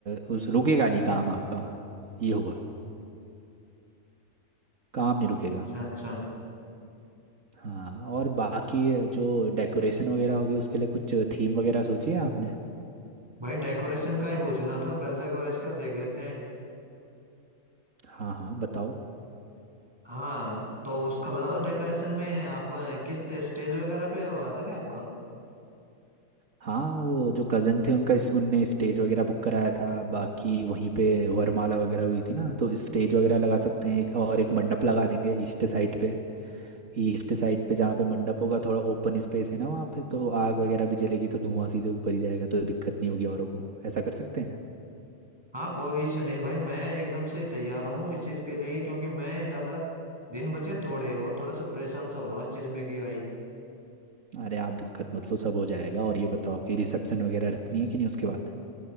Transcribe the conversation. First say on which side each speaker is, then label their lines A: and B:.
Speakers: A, on the right (about 70°); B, on the right (about 20°).
A: अ, उस रुकेगा नहीं काम आपका ये होगा काम नहीं रुकेगा
B: अच्छा अच्छा
A: हाँ और बाकी जो डेकोरेशन वगैरह होगी उसके लिए कुछ थीम वगैरह सोची है आपने
B: भाई डेकोरेशन का ही पूछना था पहले तो एक बार इसका देख लेते हैं
A: हाँ हाँ बताओ
B: हाँ तो उसका बता दो डेकोरेशन में आप अ, किस स्टेज वगैरह पे हो रहा था क्या आपका
A: हाँ वो जो कज़न थे उनका इस, उनने स्टेज वगैरह बुक कराया था बाकी वहीं पे वरमाला वगैरह हुई थी ना तो स्टेज वगैरह लगा सकते हैं एक और एक मंडप लगा देंगे ईस्ट साइड पे ईस्ट साइड पे जहाँ पे मंडप होगा थोड़ा ओपन स्पेस है ना वहाँ पे तो आग वगैरह भी जलेगी तो धुआं सीधे ऊपर ही जाएगा तो दिक्कत नहीं होगी औरों को ऐसा कर सकते हैं
B: हाँ कोई इशू नहीं भाई मैं एकदम से तैयार हूँ इस चीज के लिए क्योंकि मैं ज्यादा दिन बचे थोड़े और थोड़ा सा परेशान सा हो रहा हूँ इस चीज में कि भाई
A: अरे आप दिक्कत मत लो सब हो जाएगा और ये बताओ कि रिसेप्शन वगैरह रखनी है कि नहीं उसके बाद